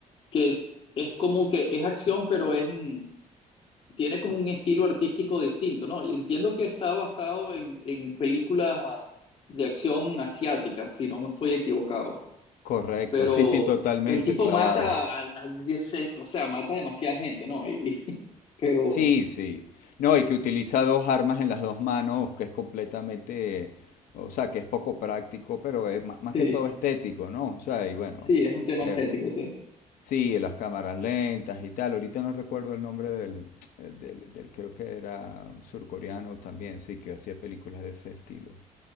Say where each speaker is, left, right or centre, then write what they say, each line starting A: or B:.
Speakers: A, on the left; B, on the left.
A: que es, es como que es acción, pero es, mm, tiene como un estilo artístico distinto, ¿no? Y entiendo que está basado en, en películas ah, de acción asiáticas, si no me estoy equivocado,
B: Correcto,
A: pero
B: sí, sí, totalmente
A: el tipo
B: clavado.
A: mata, a, a 10 o sea, mata a demasiada gente, ¿no? Y, y- <laughs> pero
B: Sí, sí. No, y que utiliza dos armas en las dos manos, que es completamente, o sea, que es poco práctico, pero es ma- más
A: sí,
B: que todo estético, ¿no? O sea, y bueno,
A: sí, es un tema
B: eh,
A: estético, sí,
B: sí, las cámaras lentas y tal. Ahorita no recuerdo el nombre del, <tsk> eh, del, del- creo que era surcoreano también, sí, que hacía películas de ese estilo.